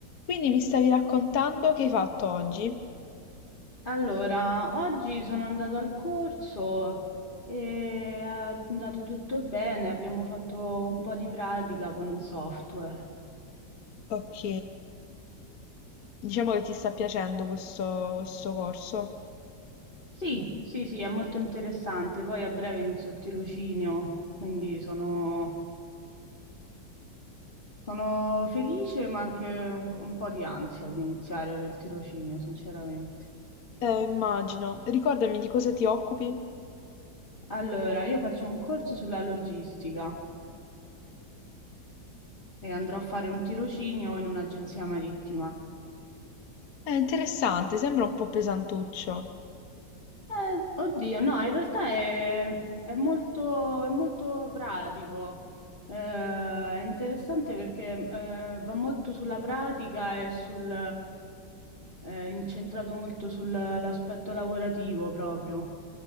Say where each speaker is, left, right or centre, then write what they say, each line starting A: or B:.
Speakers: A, on the left (about 60°); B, on the left (about 30°).
A: Quindi mi stavi raccontando che hai fatto oggi?
B: Allora, oggi sono andata al corso e è andato tutto bene, abbiamo fatto un po' di pratica con un software.
A: Ok, diciamo che ti sta piacendo questo, questo corso.
B: Sì, sì, sì, è molto interessante. Poi a breve inizio il tirocinio, quindi sono, sono felice, ma anche un, un po' di ansia di iniziare il tirocinio, sinceramente.
A: Eh, immagino. Ricordami di cosa ti occupi?
B: Allora, io faccio un corso sulla logistica e andrò a fare un tirocinio in un'agenzia marittima.
A: È interessante, sembra un po' pesantuccio.
B: Eh, oddio, no, in realtà è, è molto, è molto pratico. Eh, è interessante perché eh, va molto sulla pratica e sul, eh, incentrato molto sull'aspetto lavorativo proprio.